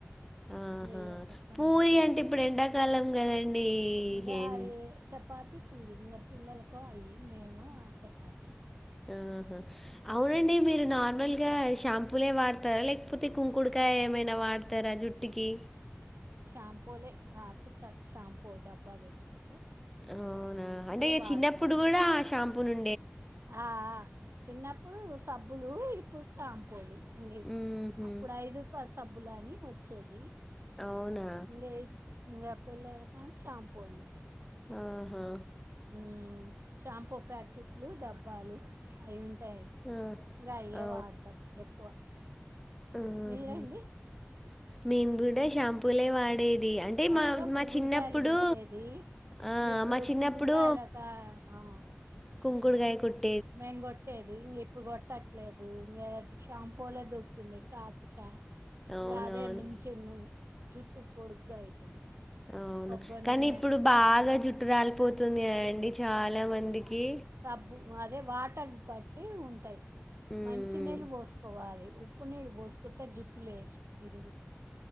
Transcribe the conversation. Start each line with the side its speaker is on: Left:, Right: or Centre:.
Centre: ఆహా
Right: ఇగయల పప్పన్నం
Centre: పూరి
Right: చేయంటే
Centre: అంటే ఇప్పుడు ఎండాకాలం కదండి
Right: ఇంగా
Centre: ఏం
Right: య చపాతి పూరి ఇంకా పిల్లలకో అయి మేము ఆ చపాతి
Centre: ఆహా అవునండి మీరు నార్మల్ గా షాంపూలే వాడతారా లేకపోతే కుంకుడుకాయ ఏమైనా వాడతారా జుట్టుకి
Right: షాంపూలే కార్తిక షాంపూ డబ్బా తెచ్చుకు
Centre: అవునా అంటే
Right: వాడతాం
Centre: చిన్నప్పుడు కూడా ఆ షాంపూ నుం
Right: ఆ చిన్నప్పుడు సబ్బులు ఇప్పుడు షాంపూలు అే
Centre: ఊహు
Right: అప్పుడు ఐదుపాల్ సబ్బులని వచ్చేది
Centre: అవునా
Right: ఇగ ఇ పెళ్ళాయినక షాంపూలు
Centre: ఆహా
Right: ఉమ్ షాంపూ ప్యాకెట్లు డబ్బాలు అవి ఉంటా టాయి
Centre: ఆ
Right: ఇంకా అయ్యే వాడతాం ఎక్కువ
Centre: ఆహ్
Right: మీరండి
Centre: మేము కూడా షాంపూలే వాడేది అంటే
Right: ఫస్ట్
Centre: మా
Right: లో కుంగుంకాయలు
Centre: మా చిన్నప్పుడు
Right: కొట్టేది
Centre: ఆ
Right: ఇ ఇప్పుడు
Centre: మా చిన్నప్పుడు
Right: కుంకుకాయలాకా ఆ
Centre: కుంకుడుగాయ కొట్టి
Right: మేము కొట్టేది ఇంక ఇప్పుడు కొట్టట్లేదు ఇ షాంపూలే దొరుకుతున్నాయి కార్తిక ఇంగా
Centre: అవునవును
Right: అదే మంచి జుట్టు పొడుగ్గా అయితది
Centre: ఆ
Right: కొబ్బరి
Centre: కానీ
Right: నూనె
Centre: ఇప్పుడు బాగా జుట్టు రాలిపోతుంది అండి చాలా మందికి
Right: అబ్బు అదే వాటర్ బట్టి ఉంటాయి
Centre: ఉమ్,
Right: మంచినీళ్ళు పోసుకోవాలి ఉప్పు నీరు పోసుకుంటే జుట్టులేేష్ విరుగుతది